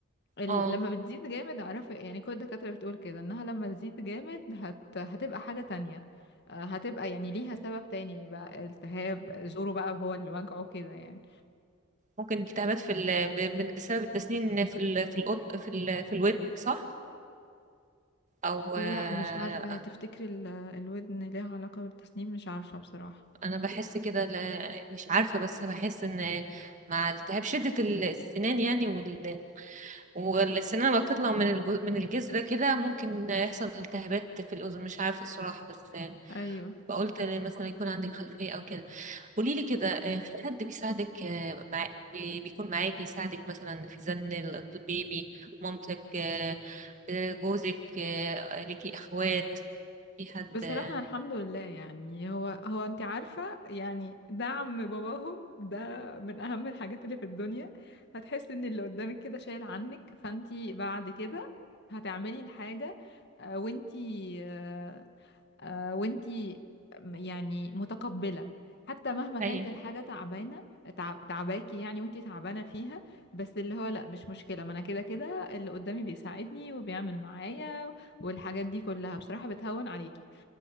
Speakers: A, on the left; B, on the right.
A: ال...
B: اه
A: لما بتزيد جامد اعرفي يعني كل الدكاترة بتقول كده انها لما تزيد جامد هت... هتبقى حاجة تانية آه، هتبقى يعني ليها سبب تاني بقى التهاب زوره بقى هو اللي وجعه كده يعني
B: ممكن التهابات في ال... ب- ب- بسبب التسنين في ال... في الأد... في ال... في الودن صح؟ او
A: لا
B: آه،
A: مش عارفة هي تفتكري ال... الودن ليها علاقة بالتسنين مش عارفة بصراحة
B: انا بحس كده لا- مش عارفة بس بحس ان مع التهاب شدة ال- السنان يعني وال... والسنان لما بتطلع من الج... من الجذر كده ممكن يحصل التهابات في الأذن مش عارفة الصراحة بس
A: ايوه
B: بقولت مثلا يكون عندك خلفية او كده قولي لي كده آه، في حد بيساعدك آه، مع... بي- بيكون معاكي يساعدك مثلا في زن ال- البيبي مامتك آه، آه، جوزك آه، ليكي اخوات في حد
A: بصراحة
B: آه،
A: أنا الحمد لله يعني هو هو انت عارفة يعني دعم باباهم ده من اهم الحاجات اللي في الدنيا هتحس ان اللي قدامك كده شايل عنك فانت بعد كده هتعملي الحاجة آه، وانت آه، آه، وانت م- يعني متقبلة حتى مهما كانت
B: ايوه
A: الحاجة تعبانة تعب تعباكي يعني وانت تعبانة فيها بس اللي هو لا مش مشكلة ما انا كده كده اللي قدامي بيساعدني وبيعمل معايا والحاجات دي كلها بصراحة بتهون عليكي